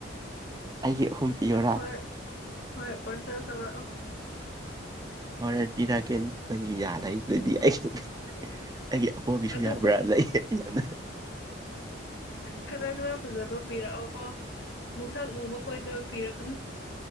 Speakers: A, on the right; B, on the left.
A: ꯑꯩꯒꯤ ꯑꯍꯨꯝ ꯄꯤꯌꯣꯔꯥ
B: ꯍꯣꯏ ꯍꯣꯏ ꯄꯥꯔꯁꯦꯜ ꯇꯧꯔꯛꯑꯣ
A: ꯍꫭꯔꯦꯟ ꯄꯤꯔꯀꯦ ꯅꯪ ꯌꯥꯗꯥꯏ ꯑꯗꯨꯗꯗꯤ
B: ꯎꯝ
A: ꯑꯩꯁꯨ
B: ꯑꯗꯨ
A: ꯑꯩꯒꯤ ꯑꯄꯣꯒꯤꯁꯨ
B: ꯑꯗꯨ
A: ꯌꯥꯕ꯭ꯔꯥ
B: ꯈꯔ
A: ꯂꯩ ꯌꯥꯝꯅ
B: ꯈꯔ ꯈꯔ ꯐꯖꯕ ꯄꯤꯔꯛꯑꯣ ꯀꯣ ꯃꯨꯁꯛ ꯃꯨꯕ ꯀꯣꯏꯗꯕ ꯄꯤꯔꯛꯀꯅꯨ